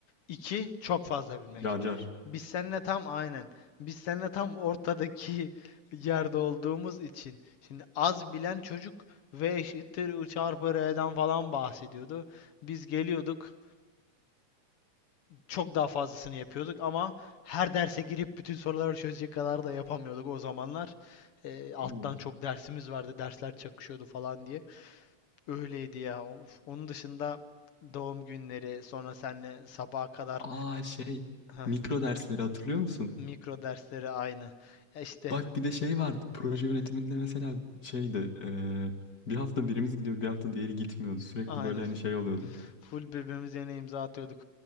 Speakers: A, on the left (about 60°); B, on the left (about 35°).
A: İki, çok fazla bilmek.
B: <laughs> Car car.
A: Biz seninle tam aynen. Biz seninle tam ortadaki <laughs> yerde olduğumuz için. Şimdi az bilen çocuk V eşittir I çarpı R'den falan bahsediyordu. Biz geliyorduk. çok daha fazlasını yapıyorduk ama her derse girip bütün soruları çözecek kadar da yapamıyorduk o zamanlar. Ee, alttan
B: Hmm.
A: çok dersimiz vardı, dersler çakışıyordu falan diye. Öyleydi ya. Of. Onun dışında doğum günleri, sonra seninle sabaha kadar
B: Aa şey
A: heh,
B: mikro dersleri hatırlıyor musun?
A: mikro dersleri aynı. Ya işte
B: Bak bir de şey vardı proje yönetiminde mesela şeydi eee, bir hafta birimiz gidiyor bir hafta diğeri gitmiyordu. Sürekli
A: aynı.
B: böyle hani şey oluyordu.
A: Full birbirimize yine imza atıyorduk.